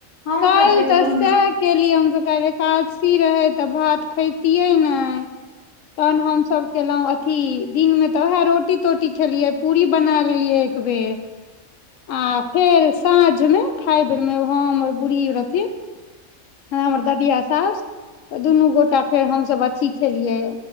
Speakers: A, on the left; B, on the left.
A: हमसब
B: काइल
A: जे
B: तऽ
A: गाँव
B: सेएह
A: मे
B: केलीये हम त काइल एकादसी रहे तऽ भात खेैतियै नइ तहन हमसब केलहुं की दिनमे तऽ वएह रोटी तोटी खेलियै पूरी बना लेलियै एक बेेर आ फेर साँझमे खाय बेरमे हम आर बुढ़ी रहथिन हमर ददिया साउस त दुनू गोटा फेर हमसब अथी खेलियै